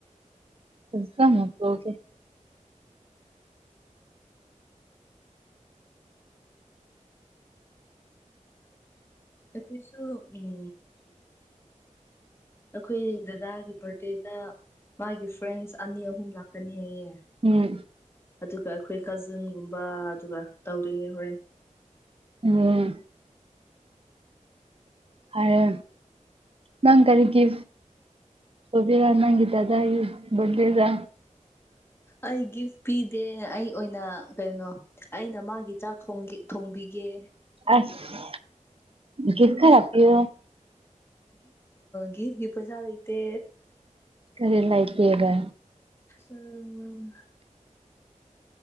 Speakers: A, on the right; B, on the left.
A: ꯈꯨꯖ ꯅꯛꯇꯒꯦ
B: ꯑꯩꯣꯏꯁꯨꯁꯨ ꯎꯝ ꯑꯩꯈꯣꯏ ꯗꯗꯥꯒꯤ ꯕꯥꯔꯗꯦꯗ ꯃꯥꯒꯤ ꯐ꯭ꯔꯦꯟꯁ ꯑꯅꯤ ꯑꯍꯨꯝ ꯂꯥꯛꯀꯅꯤ ꯑꯩꯌꯦꯦ
A: ꯎꯝ
B: ꯑꯗꯨꯒ ꯑꯩꯈꯣꯏ ꯀꯥꯖꯤꯟꯒꯨꯝꯕ ꯑꯗꯨꯒ ꯇꯧꯗꯣꯏꯅꯦ ꯍꯣꯔꯦꯟ
A: ꯑꯝ ꯑꯔ ꯅꯪ ꯀꯔꯤꯒꯤ ꯁꯣꯕꯤꯔ ꯅꯪꯒꯤ ꯗꯗꯥꯏ ꯕꯔꯠꯗ‌ꯦꯗ
B: ꯑꯩ ꯒꯤꯐ ꯏꯗꯦ ꯑꯩ ꯑꯣꯏꯅ ꯀꯩꯅꯣ ꯑꯩꯅ ꯃꯥꯒꯤ ꯆꯥꯛ ꯊꯣꯡꯕꯤꯒꯦ
A: ꯑꯁ ꯒꯤ ꯈꯔ ꯍꯥꯌꯣ
B: ꯒꯤꯐꯒꯤ ꯄꯩꯁꯥꯗꯇ
A: ꯐꯔꯤ ꯂꯥꯏ ꯀꯦꯕ
B: ꯎꯝ